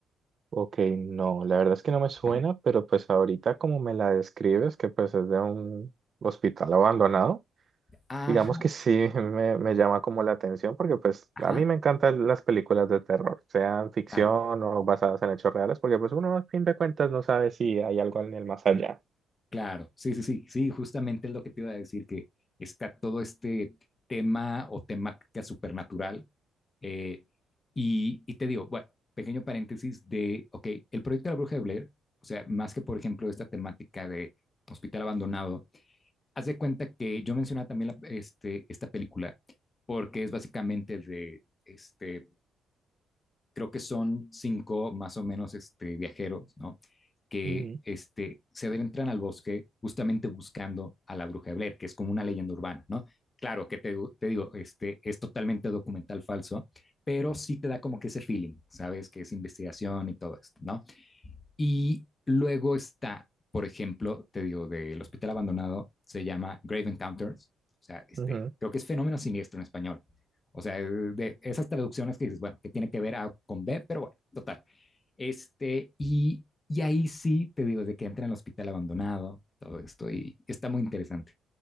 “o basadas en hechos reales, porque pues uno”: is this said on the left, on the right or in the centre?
Right